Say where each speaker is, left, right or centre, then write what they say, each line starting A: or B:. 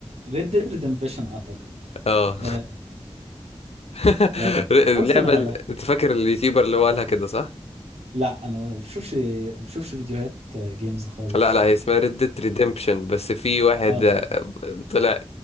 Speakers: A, on the right; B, on the left.
A: ريد ديد ريدمبشن اعتقد
B: اه
A: <laughs> آه،
B: <laughs>
A: آه،
B: اللعبة
A: بص انا لا
B: ال- انت فاكر اليوتيوبر اللي هو قالها كده صح
A: لا، انا ما بشوفش ما بشوفش فيديوهات جيمز خالص
B: لا لا هي اسمها
A: شوف.
B: ريد ديد ريدمبشن بس في واحد
A: آه.
B: آه، طلع